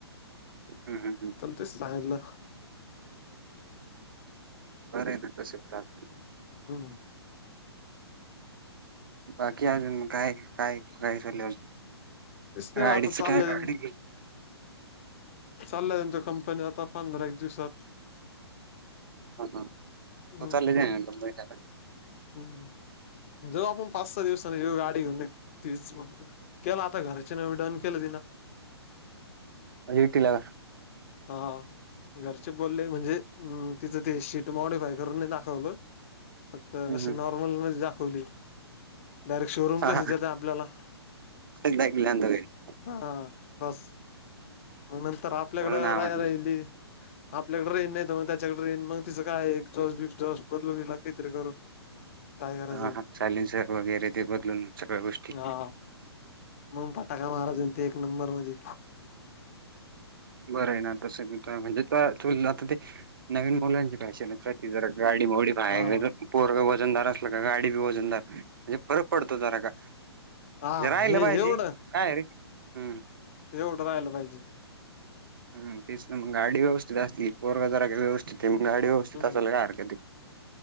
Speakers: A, on the right; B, on the left.
A: हम्म हम्म
B: तेच सांगितलं.
A: बरे ना तसे <unintelligible>
B: हम.
A: बाकी अजून काय काय काय चाललंय?
B: तेच नाही
A: गाडीच
B: आता चाललंय
A: काय गाडी
B: चालला जाईल तो कंपनीत आता पंधरा एक दिवसात.
A: हा हा तो
B: हम्म
A: चालले जाईल कंपनीत आता.
B: हम्म जाऊ आपण पाच सहा दिवसानी जाऊ गाडी घेऊन येऊ तीस मग. केला आता घराचे न डन केलं तिना.
A: <unintelligible>
B: हा. घरचे बोलले म्हणजे तिथं ते शीट मॉडिफाय करून नाही दाखवलं. फक्त
A: हम्म
B: अशी
A: हम्म
B: नॉर्मल मधी दाखवली डायरेक्ट शोरूम
A: हा
B: कस
A: हा
B: देत आपल्याला.
A: <unintelligible>
B: हा बस मग नंतर आपल्याकडं
A: म्हणून आवडलं
B: राय राहिली. आपल्याकडे राहीन नाही तर मग त्याच्याकडे राहीन. मग तिचं काय एक्झॉस्ट बीक्झॉस्ट बदलू काहीतरी करू. काय करायचं
A: हा हा सायलेन्सर वगैरे ते बदलून सगळ्या गोष्टी
B: हा मग फटाका मारायचं ते एक नंबर मध्ये.
A: बरं ना तस म्हणजे तु आ ते नवीन मुलांची फॅशन आहे. ति जर गाडी मोडीफाय
B: हा
A: पोरग वजनदार असल का गाडी बी वजनदार म्हणजे फरक पडतो जरा का
B: हा
A: जे राहिलं
B: हे
A: पाहिजे
B: एवढं
A: काय रे हम्
B: एवढं राहिलं पाहिजे.
A: हम तेच मग गाडी व्यवस्थित असली पोरग जरा का व्यवस्थित आहे मग गाडी व्यवस्थित
B: हम्म
A: असाल काय हरकत ये.